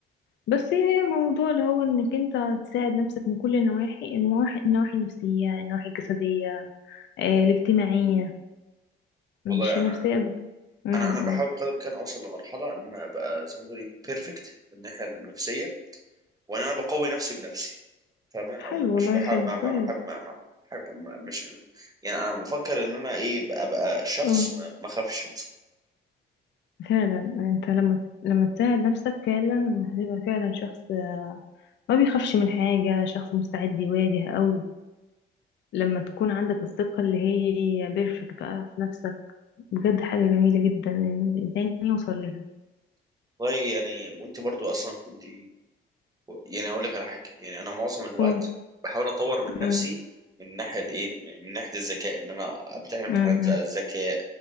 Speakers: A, on the left (about 65°); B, on the right (about 20°).
A: بس هي موضوع اللي هو انك انت تساعد نفسك من كل النواحي النواحي النواحي النفسية النواحي الجسدية آه، الاجتماعية مش
B: والله
A: النفسية
B: انا
A: بس امم
B: انا انا
A: اه
B: بحاول بقدر الامكان اوصل لمرحله ان انا ابقى زي ما تقولي بيرفكت من الناحيه النفسيه وان انا بقوي نفسي بنفسي فاهمه او
A: حلو
B: مش
A: والله
B: بحاول
A: حلو
B: ما ما
A: كويس
B: ما ما ما ما- ما- مش يعني انا بفكر ان انا ايه ابقى أبقى شخص
A: اه
B: ما ما اخافش مثلا
A: فعلا انت لما لما تساعد نفسك فعلا هتبقى فعلا شخص ما بيخافش من حاجة شخص مستعد يواجه قوي لما تكون عندك الثقة اللي هي بيرفكت بقى في نفسك بجد حاجة جميلة جدا إن الإنسان يوصل ليها
B: والله يعني وانت برضو اصلا كنت يعني هقول لك على حاجه يعني انا معظم الوقت
A: قول
B: بحاول اطور من نفسي
A: أمم،
B: من ناحيه الايه من من ناحيه الذكاء ان انا امتحن امتحانات
A: أمم، أمم.
B: ذ- الذكاء